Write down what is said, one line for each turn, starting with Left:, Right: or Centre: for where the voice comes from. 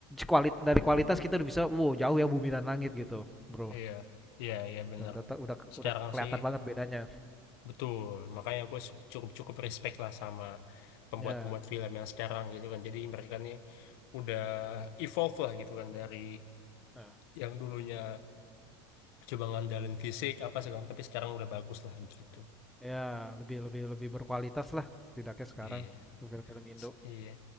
Centre: kualit dari kualitas kita udah bisa wow jauh ya bumi dan langit gitu bro
Left: Iya, iya, iya bener.
Centre: udah udah te- udah,
Left: Sekarang
Centre: kelihatan
Left: sih
Centre: banget bedanya
Left: betul. Makanya gue cukup-cukup respect lah sama pembuat-pembuat
Centre: ya
Left: film yang sekarang gitu kan. Jadi mereka nih udah evolve lah gitu kan dari
Centre: nah,
Left: yang dulunya cuma ngandalin fisik apa segala tapi sekarang udah bagus lah gitu.
Centre: ya lebih lebih lebih berkualitas lah setidaknya sekarang
Left: Iya.
Centre: tuh film-film Indo
Left: Iya.